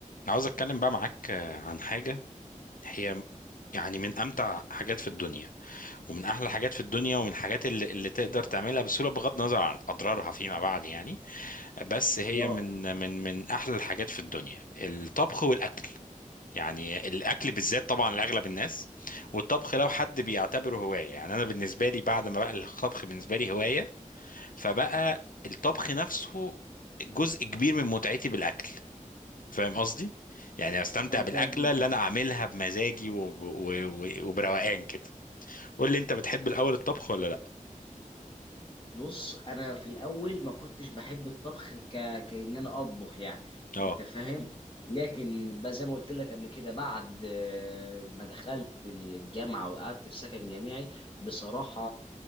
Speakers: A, on the left (about 85°); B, on the left (about 40°).
A: أنا عاوز اتكلم بقى معاك آه، عن حاجة هي م- يعني من امتع حاجات في الدنيا ومن احلى حاجات في الدنيا ومن الحاجات اللي, اللي تقدر تعملها بسهولة بغض النظر عن اضرارها فيما بعد يعني بس هي
B: اه
A: من من من احلى الحاجات في الدنيا الطبخ والاكل يعني الاكل بالذات طبعا لاغلب الناس والطبخ لو حد بيعتبره هواية يعني انا بالنسبة لي بعد ما بقى الطبخ بالنسبة لي هواية فبقى الطبخ نفسه جزء كبير من متعتي بالاكل فاهم قصدي يعني استمتع
B: انا
A: بالاكله
B: فاهم
A: اللي انا اعملها بمزاجي و... و... و... وبروقان كده قول لي انت بتحب الاول الطبخ ولا لا
B: بص انا في الاول ما كنتش بحب الطبخ ك... كأن انا اطبخ يعني
A: اه
B: انت فاهم لكن بقى زي ما قلت لك قبل كده بعد آه، ما دخلت الجامعه وقعدت في سكن جامعي بصراحه